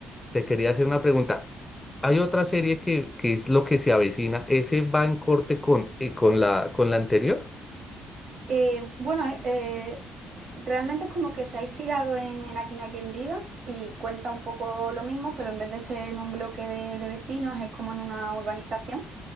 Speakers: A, on the left (about 15°); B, on the right (about 65°).
A: Te quería hacer una pregunta. Hay otra serie que, que es lo que se avecina. ¿Ese va en corte con, eh, con la, con la anterior?
B: eh, bueno, eh, eh, s- realmente es como que se ha inspirado en, en Aquí no hay quien viva y cuenta un poco lo mismo, pero en vez de ser en un bloque de, de vecinos, es como en una urbanización.